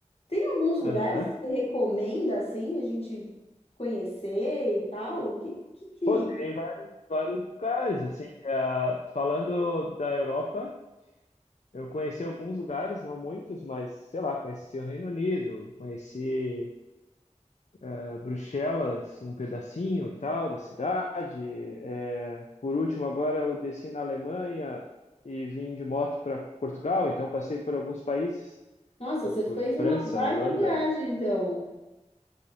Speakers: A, on the left; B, on the left.
A: tem alguns lugares
B: aham.
A: que você recomenda assim a gente conhecer e tal? Que, que, que...
B: Pô, tem vários, vários lugares, assim, ah, falando da Europa, eu conheci alguns lugares, não muitos, mas, sei lá, conheci o Reino Unido, conheci ah, Bruxelas, um pedacinho e tal da cidade. É, por último, agora eu desci na Alemanha e vim de moto para Portugal, então passei por alguns países,
A: Nossa, você
B: por
A: fez
B: França,
A: uma baita
B: Holanda,
A: viagem, então.